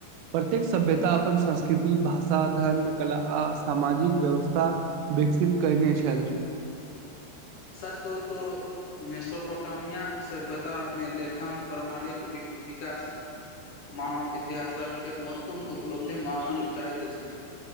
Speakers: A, on the right; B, on the left.
A: प्रत्येक सभ्यता अपन संस्कृति भाषा धर्म कला आ सामाजिक व्यवस्था विकसित कने छल
B: सच कहूँ तो मेसोपोटामिया सभ्यतामे लेखन प्रणालीक वि विकास मानव इतिहासक एक महत्वपूर्ण उपलब्धि मानल जाइत अछि